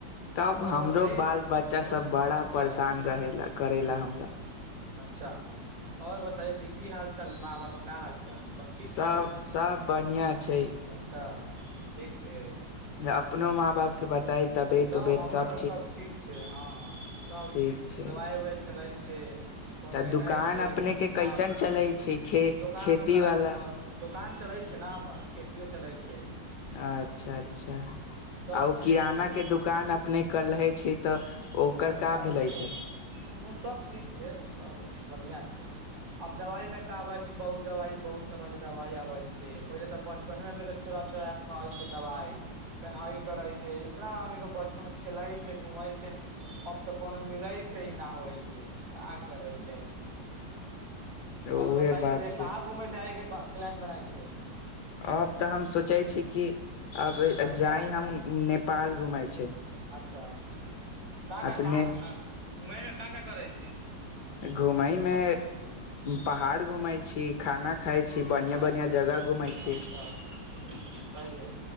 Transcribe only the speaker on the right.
और
बताई
हूं
अच्छा
हूं
अच्छा और बताई छी की हाल-चाल माँ-बाप का हाल चाल सब ठीक
छै नू
अच्छा ठीक छै।
ह्म्म
सभ
हमरो
तऽ सभ ठीक छै हँ सभ
दबाइ उवाइ चलै छै। कोनो
एनाह छै
कोनो
गाँव छै
दोकान
उकान
सब दोकान चलै छै ने हमर। खेतियो चलइ छै।
ह
सब
ठीक
छै
अच्छा
हूँ सब ठीक छै सब बढ़िया छै आब दवाई में कब। बहुत दवाई बहुत तरह के दवाई आबे छै पहिले तऽ बचपने मे चोरा चोरा खाई छै दवाई। पेनहाइ करइ छै। इआदमि के बचपन मे खेलै छै घूमै छै न अब तऽ कोनो मिलै से ना आबै छै। <unintelligible> करैल जाइ छै
और बताय
से
कहाँ घूमेै जायग। प्लेन बनाय छै।
हूँ
अच्छा
अच्छा। क
का का
घुमैमे। का का करै छै
अच्छा
अच्छा अच्छा हूँ हूँ सही है